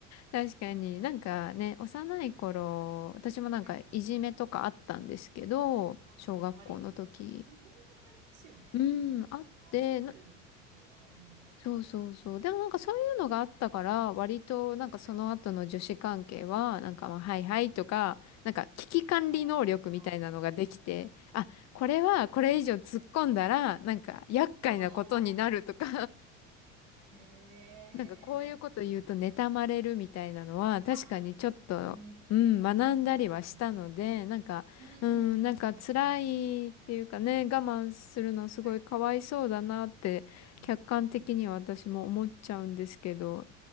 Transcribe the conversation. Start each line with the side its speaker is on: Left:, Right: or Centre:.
Left: 確かになんかね、幼い頃、私もなんかいじめとかあったんですけど、
Right: はい。あ、
Left: 小学校の時。
Right: あり、どこどこにでもありますよね。
Left: うん、あって、
Right: 集めるところは、
Left: な
Right: うん。
Left: そうそうそう。でもなんかそういうのがあったから、割となんかその後の女子関係は、
Right: はい。
Left: なんかまあ、はいはいとか、
Right: はい
Left: なんか危機管理能力みたいなのができて、
Right: あ
Left: あ、これはこれ以上突っ込んだら、なんか厄介なことになるとか
Right: あ、ああ、へえ。
Left: なんかこういうこと言うと妬まれるみたいなのは確かにちょっと、
Right: あ、うん、
Left: うん、
Right: うん、
Left: 学んだりはしたので、
Right: うん、うん、
Left: なんか、
Right: うん確かに確かに。
Left: うん、なんか辛いっていうかね、我慢するのすごいかわいそうだなって客観的には私も思っちゃうんですけど、
Right: はいうんうん